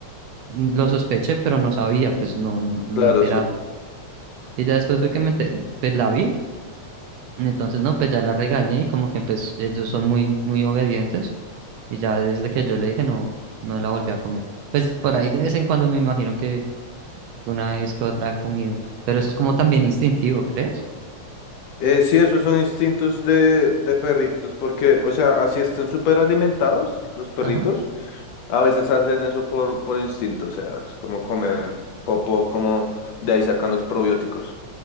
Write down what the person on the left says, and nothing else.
Claro,
sí.
Eh, sí, esos son instintos de, de perritos, porque, o sea, así estén súper alimentados los perritos,
a veces hacen eso por, por instinto, o sea, es como comer popo, como de ahí sacan los probióticos,